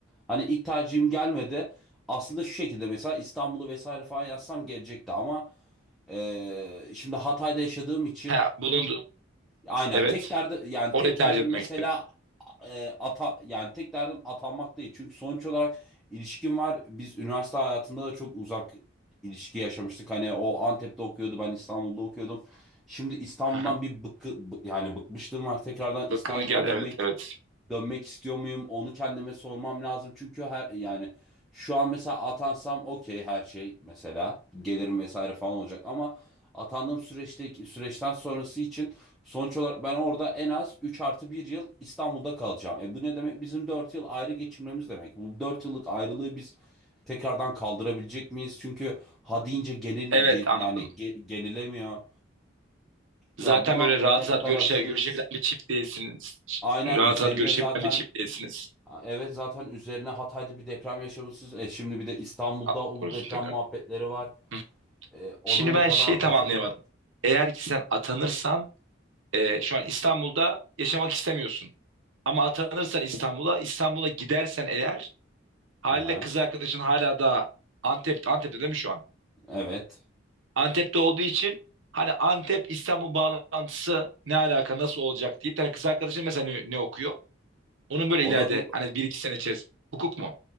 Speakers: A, in the centre; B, on the right (about 85°).
A: Hani ilk tercihim gelmedi. Aslında şu şekilde mesela İstanbul'u vesaire falan yazsam gelecekti ama ee, şimdi Hatay'da yaşadığım için
B: Ha, bulundu.
A: aynen
B: Evet.
A: tek derdi yani
B: Orayı
A: tek
B: tercih
A: derdim
B: etmek
A: mesela e, ata yani tek derdim atanmak değil. Çünkü sonuç olarak ilişkim var. Biz üniversite hayatında da çok uzak ilişki yaşamıştık. Hani o Antep'te okuyordu, ben İstanbul'da okuyordum. Şimdi İstanbul'dan
B: istedim.
A: bir bıkkı, bı- yani bıkmışlığım var. Tekrardan
B: <laughs>
A: İstanbul'a
B: Bakını gel.
A: dönmek
B: Evet, evet.
A: dönmek istiyor muyum? Onu kendime sormam lazım. Çünkü her yani şu an mesela atansam okey her şey mesela gelirim vesaire falan olacak ama atandığım süreçte süreçten sonrası için sonuç olarak ben orada en az 3 artı bir yıl İstanbul'da kalacağım. E bu ne demek? Bizim 4 yıl ayrı geçirmemiz demek. Bu 4 yıllık ayrılığı biz tekrardan kaldırabilecek miyiz? Çünkü ha deyince genel ge-
B: Evet, anladım.
A: yani ge- genelemiyor. Ya
B: Zaten
A: buna
B: böyle rahat
A: ne kadar
B: rahat görüşe,
A: hazırız?
B: görüşebilen bir çift değilsiniz.
A: Aynen
B: Rahat
A: üzerine
B: rahat görüşebilen
A: zaten
B: bir çift değilsiniz.
A: Ha, Evet zaten üzerine Hatay'da bir deprem yaşamışsınız. E şimdi bir de İstanbul'da
B: Allah
A: o
B: korusun
A: deprem
B: tekrar.
A: muhabbetleri var.
B: Hı.
A: E, ona
B: Şimdi
A: ne
B: ben
A: kadar
B: şeyi
A: hazırım?
B: tam anlayamadım. Eğer ki sen atanırsan e, şu an İstanbul'da yaşamak istemiyorsun. Ama atanırsan İstanbul'a, İstanbul'a gidersen eğer haliyle
A: Hı hı.
B: kız arkadaşın hala da Antep, Antep'te değil mi şu an?
A: Evet.
B: Antep'te olduğu için hani Antep İstanbul bağlantısı ne alaka nasıl olacak diye bir tane kız arkadaşım mesela ne, ne okuyor? Onun böyle
A: O
B: ileride
A: da hu-
B: hani bir iki sene içerisinde hukuk mu?